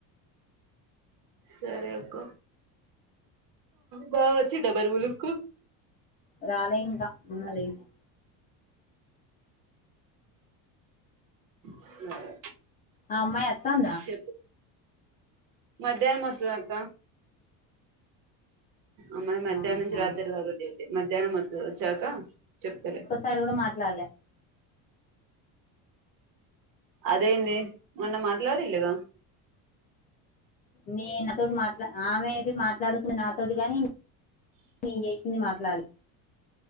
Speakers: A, on the right; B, on the left.
A: సరే అక్క బా వచ్చిండ బర్ బులుక్కు
B: రాలే ఇంకా <unintelligible>
A: సరే
B: ఆ అమ్మాయి ఒత్తంద
A: చెప్పు మధ్యాహ్నం మొత్తది అత్త అమ్మాయి మధ్యాహ్నం
B: ఆహా
A: నుంచి రాత్రి తాగలే మధ్యాహ్నం వ వచ్చాక చెప్తలే
B: సార్ కూడా మాట్లాడలే
A: అదేంది మొన్న మాట్లాడిల్ గా
B: నే నాతోటి మాట్లా ఆమె ఇది మాట్లాడు నాతోటి గాని నేను చేసింది మాట్లాడలే